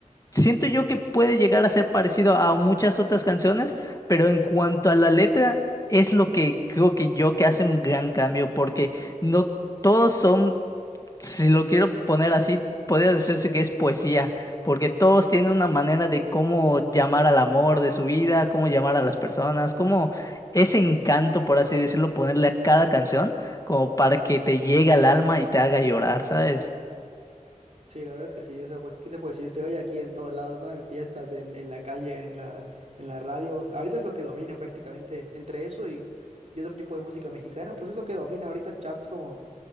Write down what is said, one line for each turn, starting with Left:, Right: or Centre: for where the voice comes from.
Left: siento yo que puede llegar a ser parecido a muchas otras canciones, pero en cuanto a la letra, es lo que creo que yo que hace un gran cambio, porque no... Todos son si lo quiero poner así, podría decirse que es poesía, porque todos tienen una manera de cómo llamar al amor de su vida, cómo llamar a las personas, cómo ese encanto, por así decirlo, ponerle a cada canción, como para que te llegue al alma y te haga llorar, ¿sabes?
Right: Sí, la verdad es que sí. O sea, pues, ¿qué te puedo decir? Se oye aquí en todos lados, ¿no? En fiestas, en, en la calle, en la, en la radio. Ahorita es lo que domina prácticamente entre eso y, y otro tipo de música mexicana. Pues es lo que domina ahorita charts como,